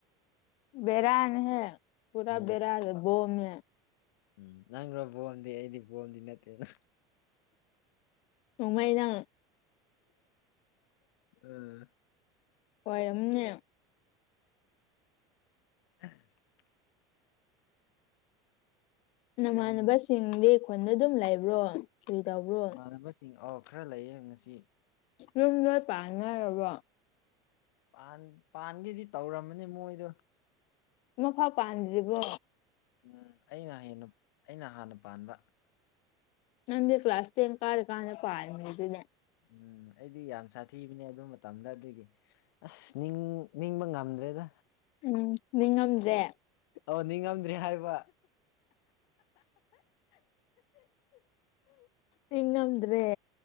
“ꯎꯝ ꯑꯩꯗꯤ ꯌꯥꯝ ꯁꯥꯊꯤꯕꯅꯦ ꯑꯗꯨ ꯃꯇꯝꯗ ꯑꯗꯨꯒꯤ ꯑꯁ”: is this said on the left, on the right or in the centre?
Left